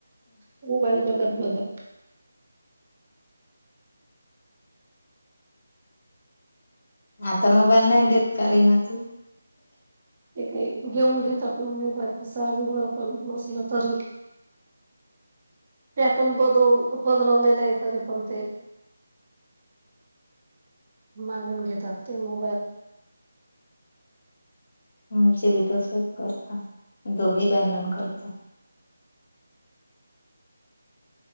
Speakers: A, on the right (about 35°); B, on the left (about 40°).
A: हो बघत बघत
B: हता मोबाल नाही देत करी ना तू
A: ते काही घेऊन घेतात ना म बारी सार विवरर पण बसलं तरी पॅटर्न बद बदलवले त पण ते मागून घेतात ते मोबाईल
B: आमचे बी तसच करता दोघी बांडण करत